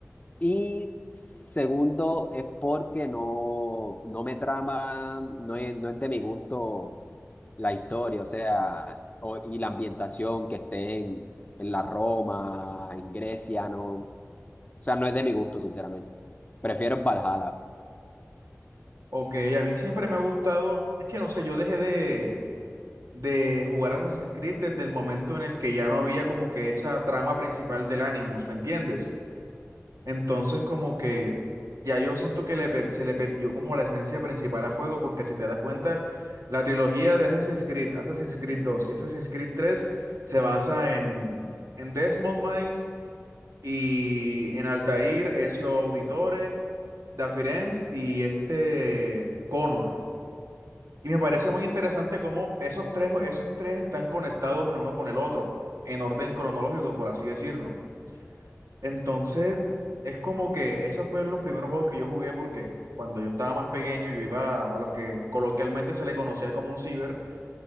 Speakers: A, on the left; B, on the right.
A: Y segundo, es porque no, no me trama, no es, no es de mi gusto la historia, o sea, o- y la ambientación que esté en, en la Roma, en Grecia, no, o sea, no es de mi gusto, sinceramente. Prefiero el Valhalla,
B: Ok, a mí siempre me ha gustado, es que no sé, yo dejé de, de jugar Assassin's Creed desde el momento en el que ya no había como que esa trama principal del Animus, ¿me entiendes? Entonces, como que ya yo siento que le pe- se le perdió como la esencia principal al juego, porque si te das cuenta, la trilogía de Assassin's Creed, Assassin's Creed dos y Assassin's Creed tres se basa en, en Desmond Miles y en Altair, Ezio Auditore, Da Firenze y este Connor. Y me parece muy interesante cómo esos tres, esos tres están conectados en uno con el otro, en orden cronológico, por así decirlo. Entonces, es como que esos fueron los primeros juegos que yo jugué porque cuando yo estaba más pequeño yo iba a, a lo que coloquialmente se le conocía como un ciber